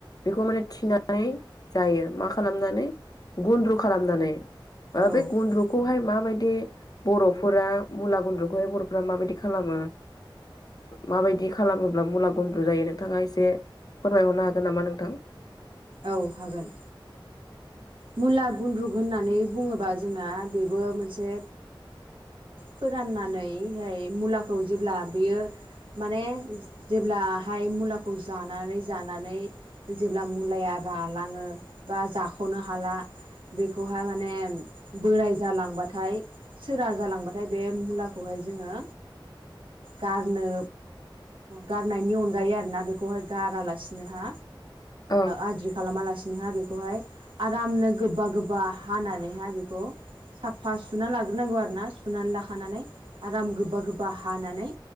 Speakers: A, on the left; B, on the right.
A: बेखौ माने थिनानै जायो मा खालामनानै गुन्द्रु खालामनानै
B: औ
A: बे गुन्द्रुखौहाय माबायदि बर'फोरा मुला गुन्द्रु हाय बर'फ्रा माबायदि खालामो माबायदि खालामोब्ला मुला गुन्द्रु जायो नोंथाङा एसे फोरमायहरनो हागोन नामा नोंथां
B: औ हागोन मुला गुन्द्रुक होननानै बुङोबा जोंना बेबो मोनसे फोराननानैहाय मुलाखौ जेब्ला बेयो माने जेब्लाहाय मुलाखौ जानानै जानानै जेब्ला मुलाया रालाङो बा जाख'नो ह हाला बेखौहाय माने बोराय जालांबाथाय सोरा जालांबाथाय बे मुलाखौहाय जोङो गारनो गारनायनि अनगायै आरो ना बेखौहाय गारालासिनो हा
A: औ
B: आद्रि खालामालासिनोहा बेखौहाय आरामनो गोबा गोबा हानानैहाय बेखौ साफा सुना लाग्रोनांगौ आरो ना सुनानै लाखानानै आराम गोबा गोबा हानानै